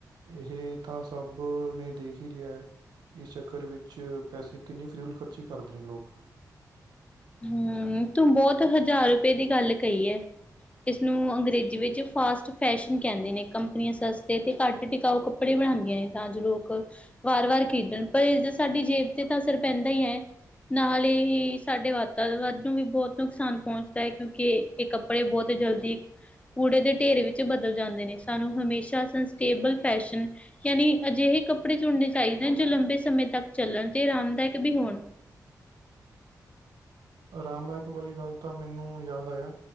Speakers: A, on the right; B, on the left.
A: ਇਹੇ ਤਾ ਸਭ ਨੇ ਦੇਖ ਹੀ ਲਿਆ। ਇਸ ਚੱਕਰ ਵਿੱਚ, ਪੈਸੇ ਕਿੰਨੀ ਫਜ਼ੂਲ ਖਰਚੀ ਕਰਦੇ ਨੇ ਲੋਕ
B: ਹੂੰ, ਤੂੰ ਬਹੁਤ ਹਜ਼ਾਰ ਰੁਪਏ ਦੀ ਗੱਲ ਕਈ ਏ। ਇਸਨੂੰ ਅੰਗਰੇਜ਼ੀ ਵਿੱਚ ਫਾਸਟ ਫੈਸ਼ਨ ਕਹਿੰਦੇ ਨੇ। ਕੰਪਨੀਆਂ ਸਸਤੇ ਅਤੇ ਘੱਟ ਟਿਕਾਊ ਕੱਪੜੇ ਬਣਾਉਂਦੀਆਂ ਨੇ ਤਾਂ ਜੋ ਲੋਕ, ਵਾਰ ਵਾਰ ਖਰੀਦਣ ਪਰ ਸਾਡੀ ਜੇਬ ਤੇ ਤਾਂ ਅਸਰ ਪੈਂਦਾ ਹੀ ਹੈ। ਨਾਲ ਇਹ ਸਾਡੇ ਵਾ <unintelligible> ਨੂੰ ਵੀ ਬਹੁਤ ਨੁਕਸਾਨ ਪਹੁੰਚਦਾ ਹੈ ਕਿਉਂਕਿ ਇਹ ਕੱਪੜੇ ਬਹੁਤ ਜਲਦੀ ਕੂੜੇ ਦੇ ਢੇਰ ਵਿੱਚ ਬਦਲ ਜਾਂਦੇ ਨੇ ਸਾਨੂੰ ਹਮੇਸ਼ਾ ਸੰਸਟੇਬਲ ਫੈਸ਼ਨ ਯਾਨੀ ਅਜਿਹੇ ਕੱਪੜੇ ਚੁਣਨੇ ਚਾਹੀਦੇ ਨੇ ਜੋ ਲੰਬੇ ਸਮੇਂ ਤੱਕ ਚੱਲਣ ਤੇ ਆਰਾਮਦਾਇਕ ਵੀ ਹੋਣ। <inaudible>
A: ਆਰਾਮਦਾਇਕ ਵਾਲੀ ਗੱਲ ਤਾਂ ਮੈਨੂੰ ਯਾਦ ਆਇਆ